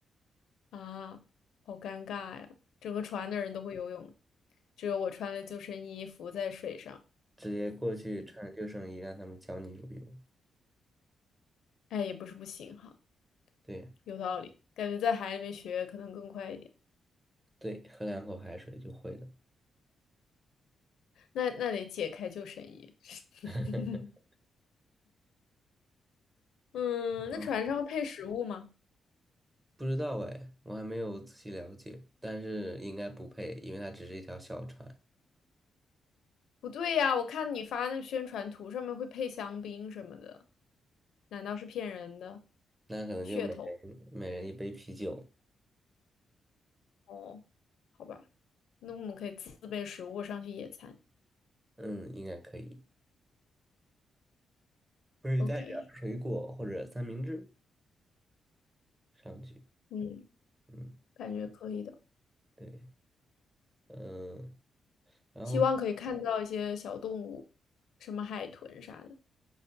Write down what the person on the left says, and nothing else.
啊，好尴尬呀！整个船的人都会游泳，只有我穿了救生衣浮在水上。
哎，也不是不行哈，
有道理，感觉在海里面学可能更快一点。
那那得解开救生衣。<laughs>
嗯，
那船上会配食物吗？
不对呀，我看你发那宣传图上面会配香槟什么的，难道是骗人的？
噱头哦，好吧，那我们可以自备食物上去野餐。
OK，
嗯，
感觉可以的。
希望可以看到一些小动物，什么海豚啥的，